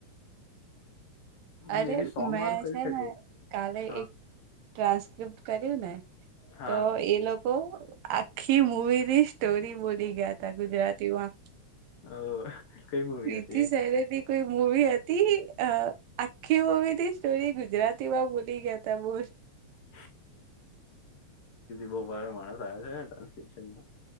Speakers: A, on the right; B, on the left.
A: અરે
B: મે બી સોંગ
A: મેં
B: વાળું કરી
A: છે
B: શકે
A: ને કાલે
B: હા
A: એક ટ્રાન્સ્કિપ્ટ કર્યું ને
B: હા
A: તો એ લોક બઉ આખી મુવી ની સ્ટોરી બોલી ગયા ગુજરાતીમાં
B: અ કઈ મૂવી
A: રીધી
B: હતી
A: સહેરેદી કઈ મૂવી હતી અ આખી મૂવી થી સ્ટોરી ગુજરાત તેવા ભૂલી ગયા તાબોર
B: <inaudible> બો ભારે માણસ આવે છે ટ્રાન્સક્રિપ્શનમાં.